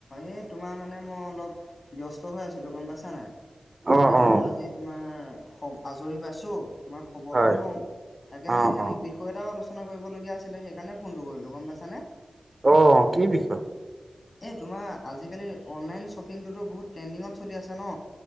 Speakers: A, on the left; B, on the right.
A: এই তোমাৰ মানে মই অলপ ব্যস্ত হৈ আছিলো গম পাইছা নাই। তাকে
B: অ' অ'
A: বোলো আজি তোমাৰ হ আজৰি পাইছো। তোমাৰ খবৰটোও
B: হয়।
A: লও তাকে
B: অ'
A: মানে সেই
B: অ'
A: মোৰ বি বিষয় এটাও আলোচনা কৰিবলগীয়া আছিলে সেইকাৰণে ফোনটো কৰিলো গম পাইছানে।
B: অ কি বিষয়?
A: এই তোমাৰ আজিকালিৰ অনলাইন শ্বপিংটোতো বহুত ট্ৰেণ্ডিঙত চলি আছে ন?